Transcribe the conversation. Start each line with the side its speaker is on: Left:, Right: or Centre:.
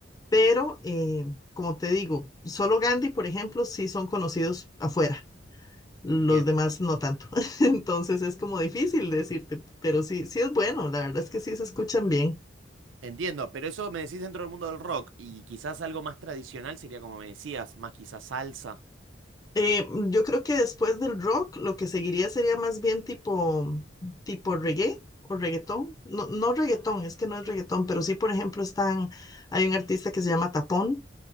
Left: pero eh, como te digo, solo Gandhi, por ejemplo, sí son conocidos afuera. Los
Right: Entiendo,
Left: demás no tanto. <laughs> Entonces es como difícil decirte, pero sí, sí es bueno, la verdad es que sí se escuchan bien.
Right: entiendo, pero eso me decís dentro del mundo del rock y quizás algo más tradicional sería como me decías, más quizás salsa.
Left: Eh, yo creo que después del rock, lo que seguiría sería más bien tipo, tipo reggae o reggaetón. No, no reggaetón, es que no es reggaetón, pero sí, por ejemplo, están, hay un artista que se llama Tapón.